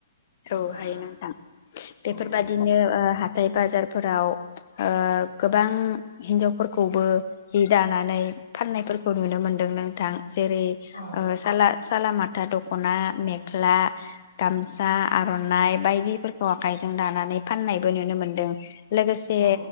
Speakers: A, on the left; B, on the left.
A: नोंथां
B: औ हायो नोंथां बेफोर
A: औ
B: बायदिनो
A: औ
B: ओ हाथ हाथाय बाजारफोराव ओ गोबां हिन्जावफोरखौबो हि दानानै फाननायफोरखौ नुनो मोनदों नोंथां। जेरै
A: औ
B: ओ साला साला माथा दख'ना मेख्ला गामसा आर'नाइ बायदिफोरखौ आखाइजों दानानै फाननायबो नुनो मोन्दों। लोगोसे
A: औ